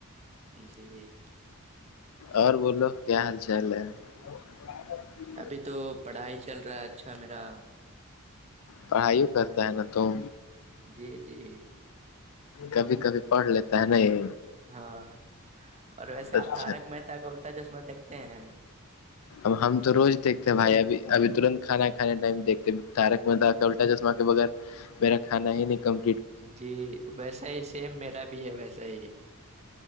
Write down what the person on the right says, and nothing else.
جی جی
ابھی تو پڑھائی چل رہا ہے اچھا میرا
جی جی
ہاں اور ویسے آپ
تارک مہتا کا الٹا چشمہ دیکھتے ہیں
جی ویسا ہی سیم میرا بھی ہے ویسا ہی